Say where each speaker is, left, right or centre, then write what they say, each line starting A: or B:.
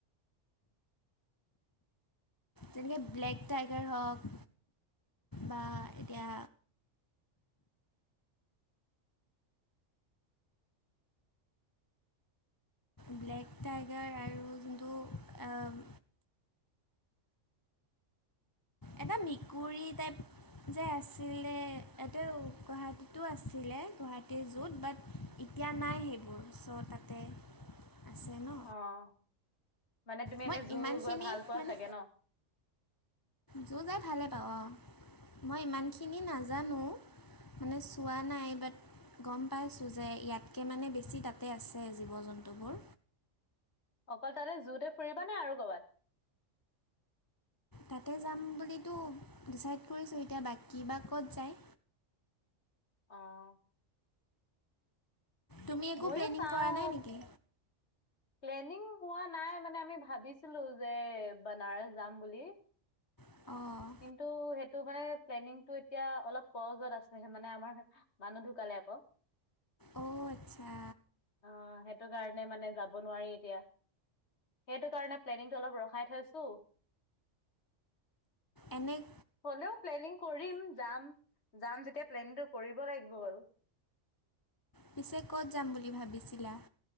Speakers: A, on the left (about 25°); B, on the left (about 60°).
A: যেনেকৈ ব্লেক টাইগাৰ হওক বা এতিয়া ব্লেক টাইগাৰ আৰু যোনটো আ-ম এটা মেকুৰী টাইপ যে আছিলে এতিয়াও গুৱাহাটীতো আছিলে, গুৱাহাটীৰ জুত বাট এতিয়া নাই সেইবোৰ, চ' তাতে আছে ন'।
B: অঁ মানে তুমি
A: মই
B: এনেই জু
A: ইমানখিনি
B: গৈ ভাল পোৱা
A: মানে
B: চাগে ন'?
A: জু যাই ভালে পাব অঁ, মই ইমানখিনি নাজানোঁ। মানে চোৱা নাই বাট গম পাইছোঁ যে ইয়াতকৈ মানে বেছি তাতে আছে জীৱ-জন্তুবোৰ।
B: অকল তাতে জোতে ফুৰিবা নে আৰু ক'ৰবাত?
A: তাতে যাম বুলিতো ডিচাইড কৰিছোঁ, এতিয়া বাকী বা ক'ত যায়।
B: অঁ।
A: তুমি একো
B: ময়ো
A: প্লেনিং
B: চাও
A: কৰা নাই নেকি?
B: প্লেনিং হোৱা নাই মানে আমি ভাবিছিলো যে বনাৰস যাম বুলি।
A: অঁ।
B: কিন্তু সেইটো মানে প্লেনিংটো এতিয়া অলপ কজত আছে মানে আমাৰ মানুহ ঢুকালে আকৌ।
A: অঁ' আচ্ছা।
B: অঁ, সেইটো কাৰণে মানে যাব নোৱাৰি এতিয়া। সেইটো কাৰণে প্লেনিংটো অলপ ৰখাই থৈছো।
A: এনেই-
B: হ'লেও প্লেনিং কৰিম যাম, যাম যেতিয়া প্লেনিংটো কৰিব লাগিব বাৰু।
A: পিছে ক'ত যাম বুলি ভাবিছিলা